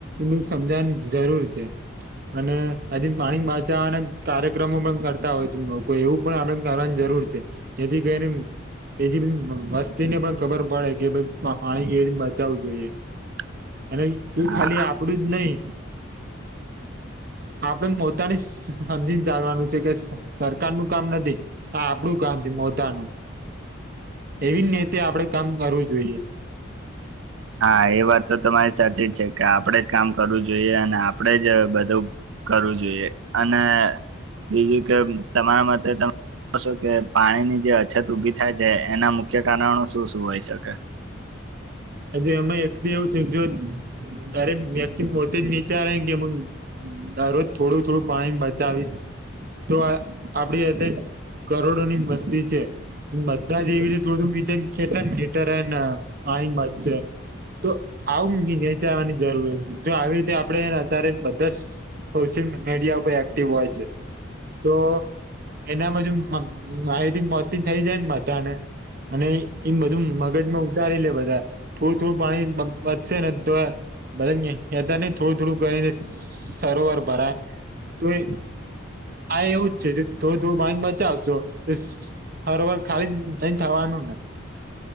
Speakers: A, on the right; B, on the right.
A: બધું સમજાવાની જરૂર છે. અને આજે પાણી બચાવાના કાર્યક્રમો પણ કરતા હોય છે લોકો એવું પણ આપણે કરવાન જરૂર છે જેથી કરીને એ બધી વસ્તી ને પણ ખબર પડે કે ભઈ પા-પાણી કેવી બચાવું જોઈએ.
B: <inaudible>
A: અને એ
B: હા
A: ખાલી આપડું જ નઈ આપડે પોતાની સમજીન ચાલવાનું છે કે સરકાર નું કામ નથી. આ આપડું કામ છે પોતાનું એવી રીતે આપડે કામ કરવું જોઈએ.
B: હા એ વાત તો તમારી સાચી છે કે આપડે જ કામ કરવું જોઈએ અને આપડે જ બધું કરવું જોઈએ અને બીજું કે તમારા મતેતો શું કે પાણીની જે અછત ઊભી થાય છે એના મુખ્ય કારણો શું શું હોય શકે.
A: આજે એમાં એકતો એવું છે જો ક્યારે વ્યક્તિ પોતે વિચારે કે મ દરરોજ થોડું થોડું પાણી બચાવીશ તો આપડી અત્ કરોડો ની વસ્તી છે બધા જ એવી રીતે થોડું થોડું વિચારીએ કેટલા લિટર હેન પાણી બચશે તો આવું વિચારવાની જરૂર, જો આવી રીતે આપડે અત્યારે બધા સ સોશિયલ મીડિયા પર એક્ટિવ હોય છે તો એનામાંજો માં માહિતી પોંચતી થઈ જાય ને બધા ને અને ઈ બધું મગજમાં ઉ તારી લે બધા થોડું થોડું પાણી બચશે ને તોએ બધા કેતા નઇ થોડું થોડું કરીને સરોવર ભરાય તોએ આ એવું જ છે થોડું થોડું પાણી બચાવશો <unintelligible> સરોવર ખાલી જ નઈ થવાનું ને